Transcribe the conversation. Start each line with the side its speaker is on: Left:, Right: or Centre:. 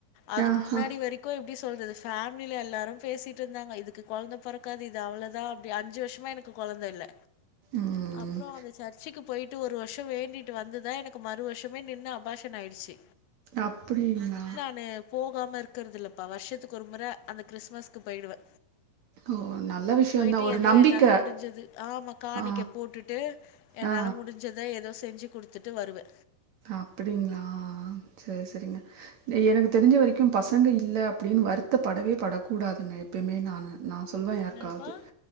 Left: அதுக்கு
Right: ஆஹா
Left: முன்னாடி வரைக்கும் எப்படி சொல்றது ஃபேமிலியில எல்லாரும் பேசிகிட்டு இருந்தாங்க இதுக்கு குழந்த பிறக்காது இது அவ்ளோ தான் அப்படி அஞ்சு வருஷமா எனக்கு குழந்த இல்ல
Right: ம்
Left: அப்புறம் அந்த சர்ச்சிக்கு போயிட்டு ஒரு வருஷோ வேண்டிட்டு வந்துதா எனக்கு மறு வருஷமே நின்னு அபாஷன் ஆயிடுச்சு.
Right: அப்டிங்களா
Left: னு போகாம இருக்குறது இல்லப்பா வருஷத்துக்கு ஒரு முற அந்த கிறிஸ்மஸ்க்கு போயிடுவே
Right: ஓ நல்ல விஷயந்தா
Left: போயிட்டு
Right: ஒரு
Left: ஏதோ
Right: நம்பிக்க
Left: என்னால முடிஞ்சது ஆமா காணிக்க
Right: ஆ
Left: போட்டுட்டு என்னால
Right: ஆ
Left: முடிஞ்சத ஏதோ செஞ்சு குடுத்துட்டு வருவே
Right: அப்படிங்களா செரி செரிங்க எனக்கு தெரிஞ்ச வரைக்கு பசங்க இல்ல அப்படின் வருத்தப்படவே படக் கூடாதுங்க எப்பயுமே நானு நா சொல்லவே யாருக்காவது
Left: என்னதுப்பா?